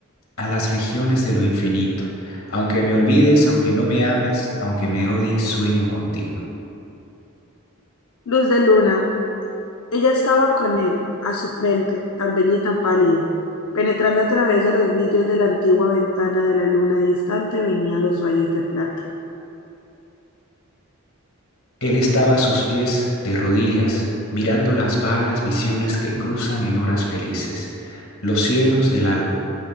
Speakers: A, on the left; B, on the left.
A: a las regiones de lo infinito. Aunque me olvides, aunque no me ames, aunque me odies, sueño contigo.
B: luz de luna. Ella estaba con él, a su frente, tan bella y tan pálida. Penetrando a través de los vidrios de la antigua ventana de la luna distante venían los rayos de plata.
A: Él estaba a sus pies, de rodillas, mirando las vagas visiones que cruzan en horas felices, los cielos del alma,